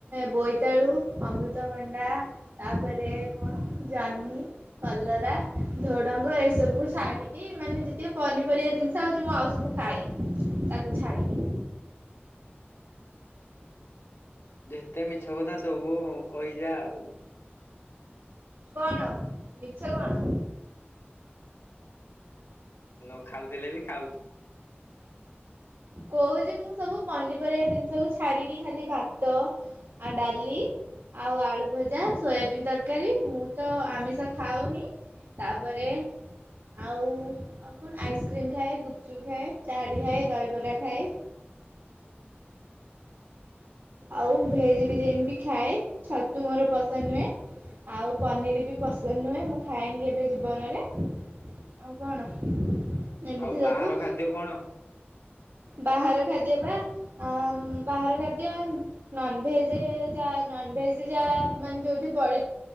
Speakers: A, on the right; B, on the left.
A: ବୋଇତାଳୁ ଅମୃତଭଣ୍ଡା ତାପରେ କଣ ଜହ୍ନି କଲରା ଝୋ ଡଙ୍ଗ ଏସବୁ ଛାଡିକି ମାନେ ଯେତିକ ପନିପରିବା ଜିନିଷ ହଉଛି ମୁଁ ଆଉ ସବୁ ଖାଏ ତାକୁ ଛାଡକି।
B: ଯେତେ ମିଛ କଥା ସବୁ କହିଯା ଆଉ।
A: କଣ ମିଛ କଣ?
B: ନ ଖାଉଥିଲେ ବି ଖାଉଛି।
A: କହୁଛି ମୁଁ ସବୁ ପନିପରିବା ଜିନିଷକୁ ଛାଡିକି ଖାଲି ଭାତ ଆଉ ଡାଲି ଆଉ ଆଳୁ ଭଜା, ସୋୟାବିନ୍ ତରକାରୀ ମୁଁ ତ ଆମିଷ ଖାଉନି। ତାପରେ, ଆଉ ଆଉ କଣ ଆଇସ୍କ୍ରିମ ଖାଏ, ଗୁପଚୁପ ଖାଏ, ଚାଟ ଖାଏ, ଦହିବରା ଖାଏ ଆଉ ଭେଜ ବିରିୟାନୀ ବି ଖାଏ ଛତୁ ମୋର ପସନ୍ଦ ନୁହଁ। ଆଉ ପନିର ବି ପସନ୍ଦ ନୁହେଁ, ମୁଁ ଖାଏନି କେବେ ଜୀବନରେ ଆଉ କଣ ଏମିତି
B: ଆଉ
A: ସବୁ
B: ବାହାର ଖାଦ୍ୟ କଣ
A: ବାହାର ଖାଦ୍ୟ ବା ଆ ବାହାର ଖାଦ୍ୟ। ନନଭେଜ ଯାହା ନନଭେଜ ଯା ମାନେ ଯୋଉଠି ପଡି